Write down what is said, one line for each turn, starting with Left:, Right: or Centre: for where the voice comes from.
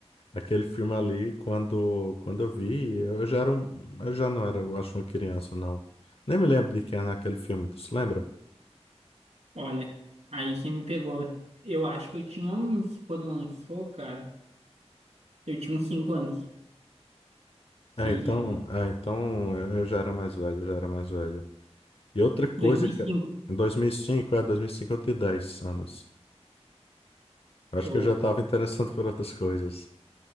Left: Aquele filme ali, quando, quando eu vi, eu já era um, eu já não era, eu acho, uma criança, não. Nem me lembro de quem era aquele filme, tu se lembra?
Right: Olha, aí você me pegou. Eu acho que eu tinha uns, quando lançou, cara, eu tinha uns cinco anos, 6
Left: Ah, então,
Right: anos.
Left: ah, então eu já era mais velho, eu já era mais velho. E outra coisa
Right: dois mil
Left: que
Right: e cinco
Left: em 2005, é, 2005 eu tinha 10 anos. Eu
Right: show,
Left: Acho que eu já estava interessado por outras coisas.